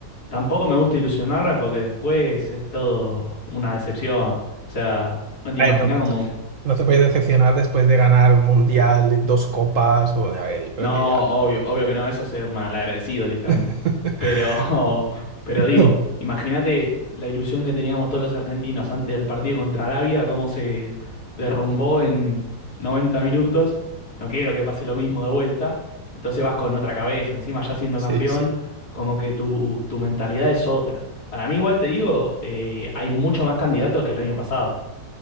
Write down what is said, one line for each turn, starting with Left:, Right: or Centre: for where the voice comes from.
Left: Tampoco me gusta ilusionarme porque después es todo una decepción. O sea, no te
Right: A
Left: imaginas
Right: ver, no,
Left: cómo
Right: no te puedes decepcionar después de ganar Mundial, dos copas, o a ver, yo creo
Left: No,
Right: que ya.
Left: obvio, obvio que no, eso es ser malagradecido directamente.
Right: <laughs>
Left: Pero, <laughs> pero
Right: <laughs>
Left: digo, imagínate la ilusión que teníamos todos los argentinos antes del partido contra Arabia, cómo se derrumbó en 90 minutos. No quiero que pase lo mismo de vuelta. Entonces vas con otra cabeza, encima ya siendo
Right: Sí,
Left: campeón,
Right: sí.
Left: como que tu, tu mentalidad es otra. Para mí, igual te digo, eh, hay mucho más candidatos que el año pasado.